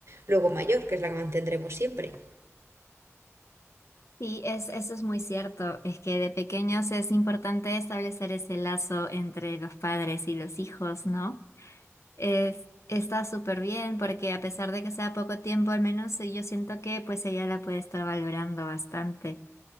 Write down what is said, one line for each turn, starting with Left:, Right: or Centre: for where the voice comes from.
Right: luego mayor, que es la que mantendremos siempre.
Left: Sí, es, eso es muy cierto. Es que de pequeños es importante establecer ese lazo entre los padres y los hijos, ¿no? Es, está súper bien porque a pesar de que sea poco tiempo, al menos yo siento que pues ella la puede estar valorando bastante.